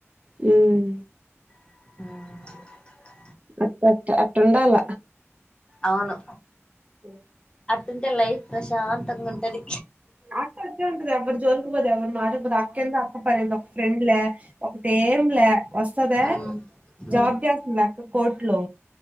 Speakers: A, on the right (about 30°); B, on the left (about 20°).
A: హమ్
B: అ <unintelligible>
A: అట్ట అట్ అట్టండాల
B: అవును
A: అ
B: అటుంటే లైఫ్ ప్రశాంతంగా ఉంటది
A: అక్క వచ్చే ఉంటంది ఎవ్వరు జోలికపోదు ఎవ్వరు మారికపోదు అక్క ఎందో అక్క పనింది ఒక ఫ్రెండ్లే ఒకటేం లే వస్తదా
B: ఊ ఊ
A: జవాబ్దస్తుం క కోర్ట్లో